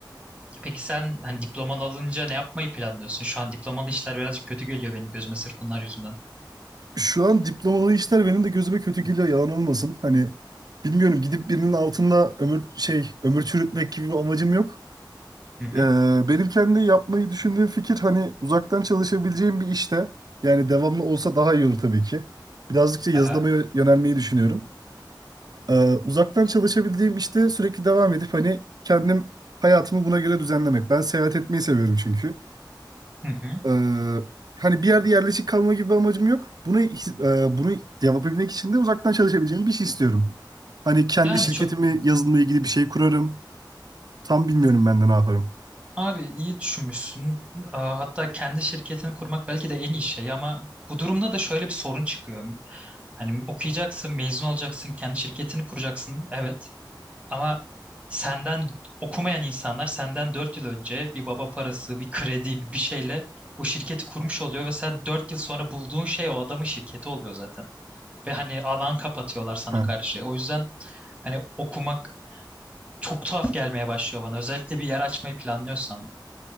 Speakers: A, on the right; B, on the right.
A: peki sen hani diploman alınca ne yapmayı planlıyorsun? Şu an diplomalı işler birazcık kötü geliyor benim gözüme sırf bunlar yüzünden.
B: Şu an diplomalı işler benim de gözüme kötü geliyor yalan olmasın. Hani bilmiyorum gidip birinin altında ömür şey ömür çürütmek gibi bir amacım yok.
A: Hı hı.
B: Ee, benim kendi yapmayı düşündüğüm fikir hani uzaktan çalışabileceğim bir işte. Yani devamlı olsa daha iyi olur tabii ki. Birazcık da yazılıma
A: Aha.
B: yö- yönelmeyi düşünüyorum. Ee, uzaktan çalışabildiğim işte sürekli devam edip hani kendim hayatımı buna göre düzenlemek. Ben seyahat etmeyi seviyorum çünkü.
A: Hı hı.
B: Ee, hani bir yerde yerleşik kalma gibi bir amacım yok. Bunu his- e, bunu yapabilmek için de uzaktan çalışabileceğim bir şey istiyorum. Hani kendi
A: Yani
B: şirketimi
A: çok
B: yazılımla ilgili bir şey kurarım. Tam bilmiyorum ben de ne yaparım.
A: Abi iyi düşünmüşsün. Aa, Hatta kendi şirketini kurmak belki de en iyi şey ama bu durumda da şöyle bir sorun çıkıyor. Hani okuyacaksın, mezun olacaksın, kendi şirketini kuracaksın. Evet. Ama senden okumayan insanlar senden 4 yıl önce bir baba parası, bir kredi, bir bir şeyle o şirketi kurmuş oluyor ve sen 4 yıl sonra bulduğun şey o adamın şirketi oluyor zaten. Ve hani alan kapatıyorlar sana
B: Ha.
A: karşı. O yüzden hani okumak çok tuhaf gelmeye başlıyor bana. Özellikle bir yer açmayı planlıyorsan.